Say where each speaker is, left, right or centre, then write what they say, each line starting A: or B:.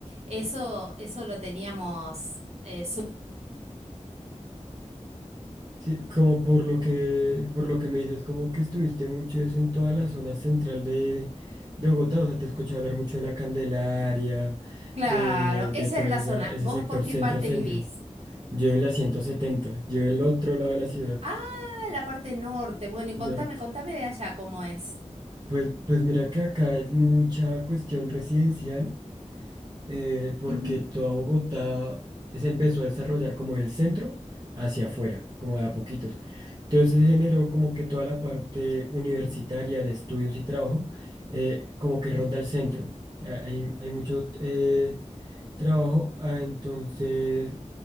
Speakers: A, on the right; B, on the right.
A: Eso, eso lo teníamos eh, sup-
B: Sí, como por lo que, por lo que me dices, como que estuviste mucho es en toda la zona central de, de Bogotá, o sea, te he escuchado hablar mucho de la Candelaria,
A: Claro,
B: de,
A: esa
B: de todo
A: era
B: ese,
A: la zona.
B: ese
A: ¿Vos
B: sector
A: por qué
B: centro-centro.
A: parte vivís?
B: Yo en la 170, yo el otro lado de la ciudad,
A: Ah, la parte norte. Bueno, y contame,
B: norte.
A: contame de allá cómo es.
B: Pues, pues mira que acá es mucha cuestión residencial. eh, porque
A: Ujú,
B: toda Bogotá se empezó a desarrollar como el centro hacia afuera, como de a poquitos. Entonces se generó como que toda la parte universitaria de estudios y trabajo, eh, como que ronda el centro. Ah, Hay, hay mucho eh, trabajo, ah, entonces